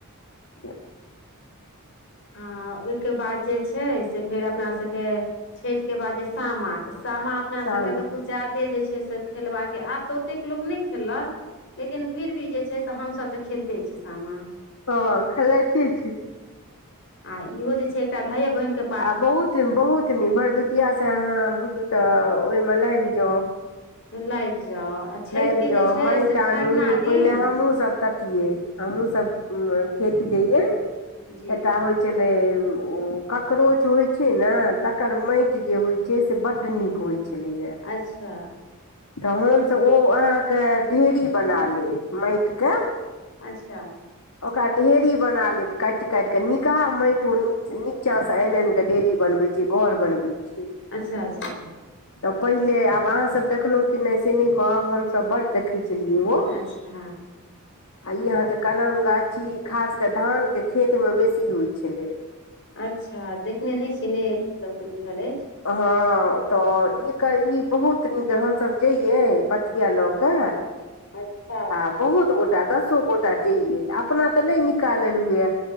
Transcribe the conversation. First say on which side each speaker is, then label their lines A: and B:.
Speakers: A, on the left (about 80°); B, on the left (about 55°).
A: <unintelligible>
B: आ ओहिके बाद जे छै से फेर अपना सभके छैठ के बाद जे सामा तऽ सामा अपना
A: शाम
B: सबके तऽ कुछ जाद से छै से खेलबाके आब तऽ ओतेक लोक नहि खेललक लेकिन फिर भी जे छै से हमसभ तऽ खेलते छी सामा
A: ह खेलाइते छी
B: आ इहो जे छै एकटा भायै बहिनक के
A: आ बहुत बहुत नीक भरदुतिया से अहाँ बुझू तऽ ओहिमे लाइग जाउ
B: लागि जाउ छठिके
A: लागि जाउ
B: जे छै
A: माइट
B: से
A: आनू
B: खरना दिन
A: पहिले हमहुँ सब तकिये हमहुँ सब खेत जइये
B: जी
A: एटा हो चलो ककरोच होइ छै न तकर मइट जे होइ जे से बड नीक होइ छलैया
B: अच्छा
A: तऽ हमसब त ओ अहाँके ढेरी बना लेत माइट के
B: अच्छा
A: ओकरा ढेरी बना लेत काइट काइट के निकहा माइट ओ नीचां से आनि आनि के ढेरी बनबै छै जे घर बनबै छै
B: अच्छा अच्छा
A: तऽ पहिले आब अहाँ सब देखलौं कि नहि से नहि कहब हमसब बड्ड देखै छेलियै ओ।
B: अच्छा
A: आ ई अहाँके कलम गाछी खास कऽ धान के खेत मे बेसी होइ छेलै।
B: अच्छा देखने नहि छी नै मतलब ओते बुझल अछि।
A: हँ तऽ ई कर ई बहुत नीक हमसभ जइयै पथिया लऽ कऽ
B: अच्छा
A: आ बहुत गोटा दसो गोटा जइयै अपना तऽ नै निकालल हुए